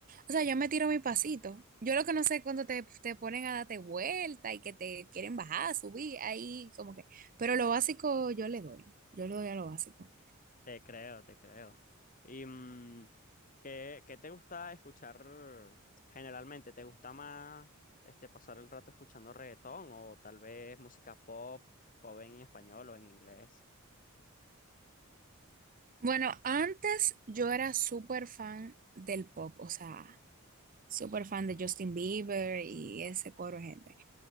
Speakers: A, on the right; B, on the left.
A: O sea, yo me tiro mi pasito. Yo lo que no sé es cuando te, te ponen a darte vuelta y que te quieren bajar, subir, ahí como que. Pero lo básico yo le doy. Yo le doy a lo básico.
B: Te creo, te creo. ¿Y mm, ¿qué, qué te gusta escuchar generalmente? ¿Te gusta más este, pasar el rato escuchando reggaetón o tal vez música pop, pop en español o en inglés?
A: Bueno, antes yo era súper fan del pop, o sea, súper fan de Justin Bieber y ese coro de gente.